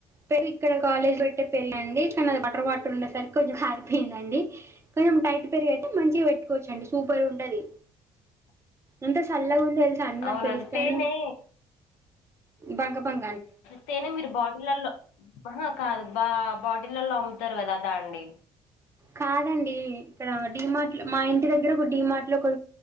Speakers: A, on the right; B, on the left.
A: తే ఇక్కడ కాలేజ్ పెట్టే పెళ్ళండి కాని అది వాటర్ వాటర్ ఉండే సరికి కొంచెం అరిపోయిందండి కొంచెం టైట్ పెరుగైతే మంచిగా పెట్టుకోవచ్చండి సూపర్ ఉంటది
B: <inaudible>
A: ఎంత సాల్లగుందో తెలుసా అండి నా
B: అవునండి
A: ఫేస్ పైన
B: తేనె
A: బంక బం
B: తేనే మీరు బా టిలల్లో ఆహ కాదు బా బాటిలల్లో అమ్ముతారు కదా దా అండి
A: కాదండి ఇక్కడ డిమార్ట్‌లో మా ఇంటి దగ్గర ఒక డిమార్ట్‌లో కో